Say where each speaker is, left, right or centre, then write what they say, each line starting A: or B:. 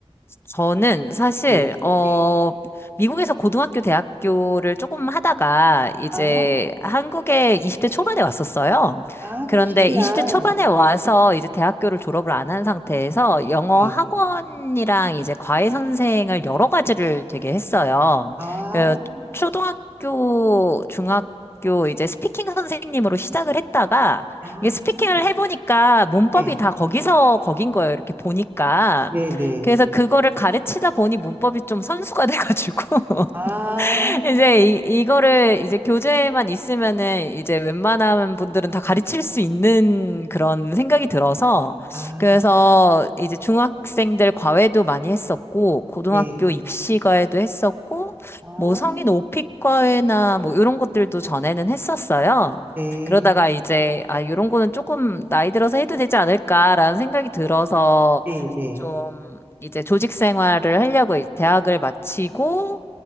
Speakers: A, on the left; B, on the right.
A: 저는 사실
B: 네.
A: 어
B: 네.
A: 미국에서 고등학교 대학교를 조금 하다가 이제
B: 아,
A: 한국에 20대 초반에 왔었어요.
B: 아
A: 그런데
B: 그러시구나.
A: 20대 초반에 와서 이제 대학교를 졸업을 안 한 상태에서 영어
B: 네.
A: 학원이랑 이제 과외 선생을 여러 가지를 되게 했어요.
B: 아,
A: 어, 초등학교, 중학교 이제 스피킹 선생님으로 시작을 했다가
B: 아,
A: 이게 스피킹을 해보니까 문법이
B: 네,
A: 다 거기서 거긴 거예요. 이렇게 보니까.
B: 네, 네.
A: 그래서 그거를 가르치다 보니 문법이 좀 선수가 <laughs> 돼가지고. <laughs>
B: 아,
A: 이제 이, 이거를 이제 교재에만 있으면은 이제 웬만한 분들은 다 가르칠 수 있는 그런 생각이 들어서
B: 아,
A: 그래서 이제 중학생들 과외도 많이 했었고 고등학교
B: 네, 네.
A: 입시 과외도 했었고
B: 아.
A: 뭐 성인 오픽 과외나 뭐 이런 것들도 전에는 했었어요.
B: 네,
A: 그러다가 이제 아 이런 거는 조금 나이 들어서 해도 되지 않을까라는 생각이 들어서
B: 네, 네,
A: 좀 이제 조직 생활을 하려고 이- 대학을 마치고